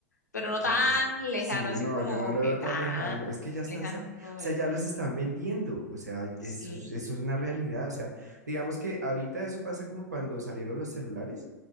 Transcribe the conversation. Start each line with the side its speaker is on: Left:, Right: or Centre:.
Left: pero no
Right: Mm,
Left: tan lejano,
Right: Sí,
Left: así
Right: no,
Left: como
Right: yo no lo
Left: que
Right: veo
Left: tan
Right: tan lejano. Es que ya están
Left: lejano
Right: sac-
Left: no
Right: o
Left: lo veo.
Right: sea, ya los están vendiendo. O sea, eso,
Left: Sí,
Right: es- eso es una realidad. O sea, digamos que ahorita eso pasa como cuando salieron los celulares,